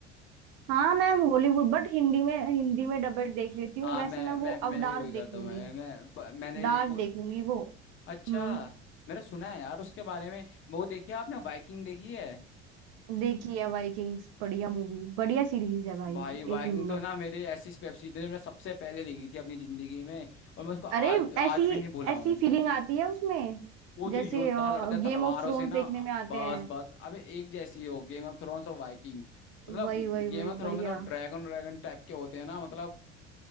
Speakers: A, on the right; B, on the left.
A: हाँ मैम हॉलीवुड बट हिंदी में हिंदी में डबल देख लेती हूँ
B: हाँ
A: वैसे
B: मैं
A: मैं
B: मैं
A: वो
B: मैं
A: अब डार्क
B: भी वही करता
A: देखूंगी
B: हूँ मैं मैं प- मैंने
A: डार्क
B: एक
A: देखूंगी वो
B: अच्छा
A: हम्म
B: मैंने सुना है यार उसके बारे में वो देखी है आपने वाइकिंग देखी है
A: देखी है वाइकिंग्स बढ़िया मूवी बढ़िया सीरीज है भाई
B: भाई वाइकिंग
A: एक नंबर
B: तो ना मेरे ऐसी वेब सीरीज है मैंने सबसे पहले देखी थी अपनी जिंदगी में और मैं उसको आज
A: अरे
B: आज
A: ऐसी
B: भी नहीं भूला हूँ
A: ऐसी फीलिंग आती है उसमें
B: वो जो
A: जैसे
B: योद्धा लड़ते हैं तलवारों
A: गेम ऑफ थ्रोन्स
B: से ना
A: देखने में आते
B: बस
A: हैं
B: बस अबे एक जैसी ही हो गेम ऑफ थ्रोन्स और वाइकिंग मतलब
A: वही वही वही
B: गेम ऑफ थ्रोन
A: बढ़िया
B: में थोड़ा ड्रैगन ड्रैगन टाइप के होते हैं ना मतलब